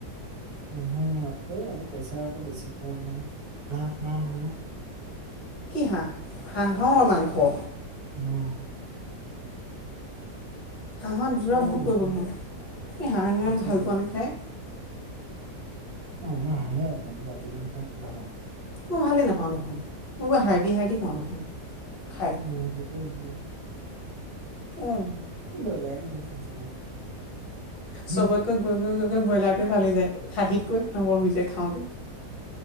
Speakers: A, on the right; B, on the left.
A: নহয় এই আকো পইচা আকো বেছি খজ নহয় হা হা হা'
B: কি হা হাঁহৰ মাংস।
A: উম।
B: হাঁহত যোৰা
A: অলপ
B: বহুত
A: বেছি
B: পৰিব <unintelligible> এ হাঁহ ইমান
A: বেছি
B: ভাল
A: পৰিব
B: পোৱা নে খায়।
A: অৱ ম‌ই হাহি এই উঠে, <unintelligible>
B: মই ভালেই নাপাওঁ দেখোন মই কিবা হাৰডি হাৰডি পাওঁ দেখোন খাই।
A: উম সেইটো হয় ন।
B: অৱ।
A: ব্ৰ‌ইলাৰে ঠিক আছে <unintelligible> উম,
B: চবতকৈ গৈ গৈ গৈ গৈ ব্ৰইলাৰটোৱে ভাল লাগি যায়। খাহীতকৈ এক নম্বৰ হৈ যায় খাওঁতে